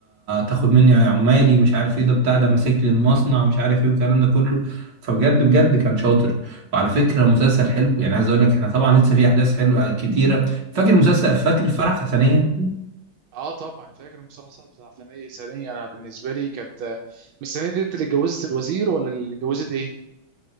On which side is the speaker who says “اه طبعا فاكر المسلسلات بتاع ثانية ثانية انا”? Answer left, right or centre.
Right